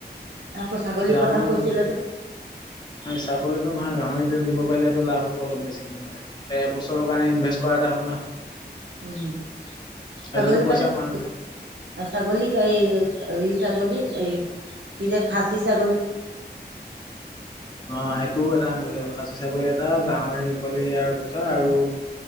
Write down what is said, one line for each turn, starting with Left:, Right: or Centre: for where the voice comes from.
Right: আকৌ ছাগলীৰ
Left: দামটো
Right: কথাও
Left: নহয়
Right: কৈছিলে যে?
Left: ছাগলীটো নহয় গাহৰিটো দিব পাৰিলে সেইটো লাভ হ'ব অলপ বেছিকে মানে। এবছৰৰ কাৰণে ইনভেষ্ট কৰা এটা হ'ল না?
Right: উম',
Left: সেইটোতো
Right: ছাগলী
Left: পইচা
Right: মানে <unintelligible>
Left: মাৰ নাযায়
Right: ছাগলীক এ এই ছাগলী এই কি যে খাচী ছাগলী
Left: অ', সেইটোও এটা আনিব লাগিব। খাচী ছাগলী এটা, গাহৰি পোৱালি দুটা আৰু